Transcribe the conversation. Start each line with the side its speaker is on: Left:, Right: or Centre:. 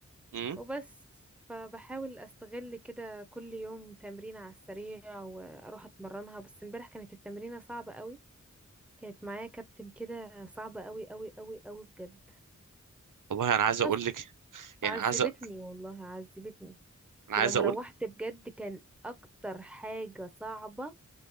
Right: امم
Centre: وبس فبحاول استغل كده كل يوم تمرين على السريع واروح اتمرنها بس امبارح كانت التمرينة صعبة قوي كانت معايا كابتن كده صعبة قوي قوي قوي قوي بجد
Right: والله انا عايز اقول
Centre: بس
Right: لك يعني
Centre: عذبتني
Right: عايز أ-
Centre: والله عذبتني
Right: انا عايز
Centre: ولما
Right: اقول
Centre: روحت بجد كان اكتر حاجة صعبة